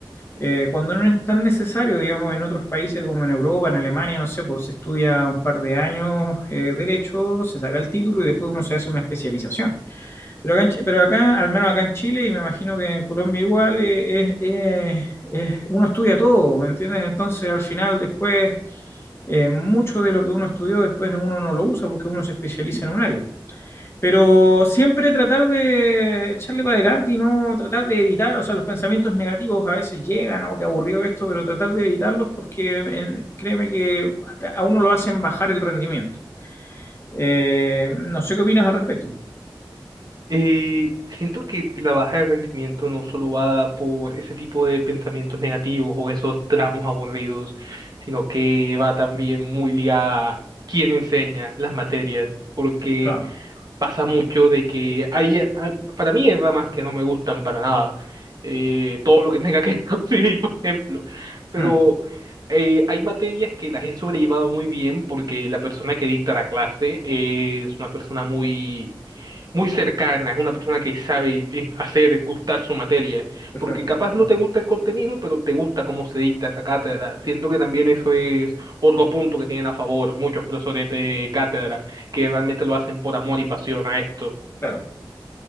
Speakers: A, on the left; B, on the right.
A: eh, cuando no es tan necesario, digamos, en otros países como en Europa, en Alemania, no sé, pues se estudia un par de años eh, derecho, se saca el título y después uno se hace una especialización. Pero acá, en Ch- pero acá, al menos acá en Chile, y me imagino que en Colombia igual, eh, es- es- es- uno estudia todo, ¿me entiendes? Entonces, al final, después, eh, mucho de lo que uno estudió, después uno no lo usa porque uno se especializa en un área. Pero siempre tratar de echarle para adelante y no tratar de evitar, o sea, los pensamientos negativos a veces llegan, o qué aburrido esto, pero tratar de evitarlos porque eh, créeme que a uno lo hacen bajar el rendimiento. Eh, no sé qué opinas al respecto.
B: Eh, siento que la baja de rendimiento no solo va por ese tipo de pensamientos negativos o esos tramos aburridos, sino que va también muy ligada a quién enseña las materias, porque
A: Claro,
B: pasa mucho de que hay, eh, hay- para mí hay ramas que no me gustan para nada, eh, todo lo que tenga que ver con <laughs> civil, por ejemplo, pero
A: Mm,
B: eh, hay materias que las he sobrellevado muy bien porque la persona que dicta la clase es una persona muy muy cercana, es una persona que sabe eh, hacer gustar su materia,
A: perfecto.
B: porque capaz
A: Mm,
B: no te gusta el contenido, pero te gusta cómo se dicta esa cátedra. Siento que también eso es otro punto que tienen a favor muchos profesores de cátedra, que realmente lo hacen por amor y pasión a esto.
A: Claro,